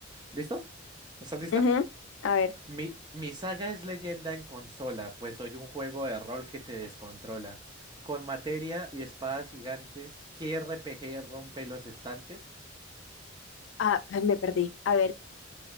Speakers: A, on the right; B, on the left.
A: ¿listo? ¿Estás lista?
B: Ujú. A ver.
A: Mi, mi saga es leyenda en consola, pues soy un juego de rol que te descontrola. Con materia y espadas gigantes, ¿qué RPG rompe los estantes?
B: Ah, me perdí. A ver.